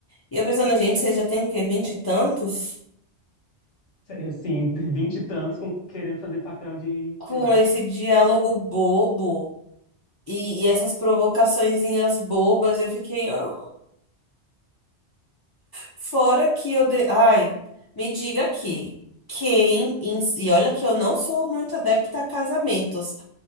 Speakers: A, on the left (about 30°); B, on the left (about 60°).
A: E eu pensando, gente, vocês já têm o quê? Vinte e tantos?
B: Assim, tem vinte e tantos com- querendo fazer papel de,
A: Com
B: sei lá,
A: esse diálogo bobo e, e essas provocaçõezinhas bobas, eu fiquei. "Ah, Fora que eu de... Ai, me diga aqui, quem, em- si, e olha que eu não sou muito adepta a casamentos,